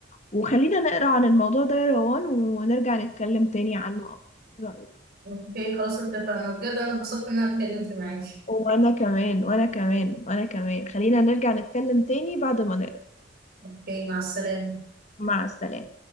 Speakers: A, on the left; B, on the right.
A: وخلينا نقرا عن الموضوع ده يا روان ونرجع نتكلم تاني عنه اكتر ايه رايك
B: اوكي خلاص اتفقنا بجد انا اتبسطت ان انا اتكلمت معاكي
A: وانا كمان وانا كمان وانا كمان خلينا نرجع نتكلم تاني بعد ما نقرا
B: اوكي مع السلامة
A: مع السلامه